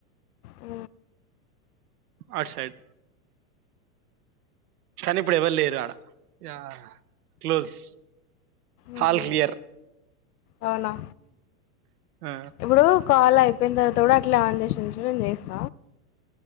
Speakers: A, on the left; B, on the right.
A: ఊ
B: ఆ సైడ్ కానీ ఇప్పుడు ఎవరు లేరా యా క్లోజ్
A: ఊహు
B: హాల్ క్లియర్
A: అవునా
B: ఆ
A: ఇబుడు కాల్ అయ్ పిందతోడ అట్ల ఆన్ చేసించు నేను చేస్త